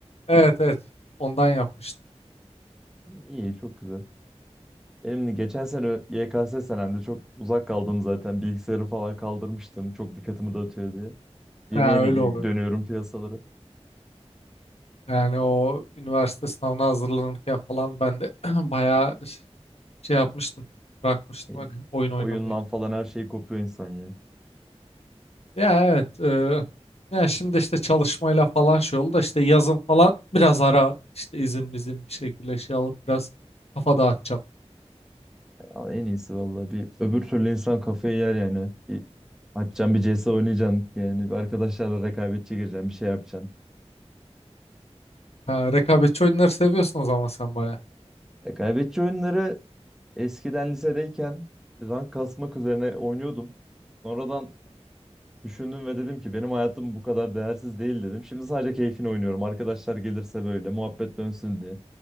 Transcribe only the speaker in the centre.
İyi çok güzel. Benim de geçen sene YKS senemde çok uzak kaldım zaten. Bilgisayarı falan kaldırmıştım. Çok dikkatimi dağıtıyor diye.
Yeni yeni
gi-
dönüyorum piyasalara.
İyi.
Oyundan falan her şey kopuyor insan ya.
Ya en iyisi vallahi bir öbür türlü insan kafayı yer yani. Açacaksın bir CS oynayacaksın. Yani bir arkadaşlarla rekabetçi gireceksin. Bir şey yapacaksın.
Rekabetçi oyunları eskiden lisedeyken rank kasmak üzerine oynuyordum. Sonradan düşündüm ve dedim ki benim hayatım bu kadar değersiz değil dedim. Şimdi sadece keyfini oynuyorum. Arkadaşlar gelirse böyle muhabbet dönsün diye.